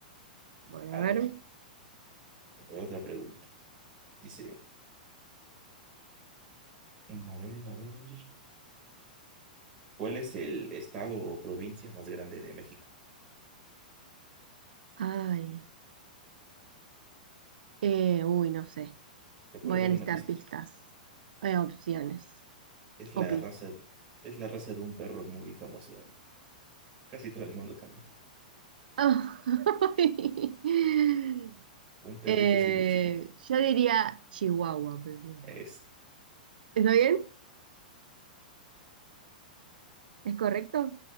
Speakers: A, on the right; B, on the right.
A: Bueno,
B: A
A: a ver.
B: ver, otra pregunta. Dice, mm, a ver, a ver. ¿Cuál es el estado o provincia más grande de México?
A: Ay, eh, uy, no sé.
B: Te puedo
A: Voy
B: dar
A: a necesitar
B: una pista.
A: pistas, eh, opciones
B: Es
A: o
B: la
A: pistas.
B: raza, es la raza de un perro muy famoso en casi todo el mundo también.
A: <laughs>
B: Un perrito
A: Eh,
B: así muy chiquito.
A: yo diría Chihuahua, pero no
B: Es,
A: sé. ¿Está bien? ¿Es correcto?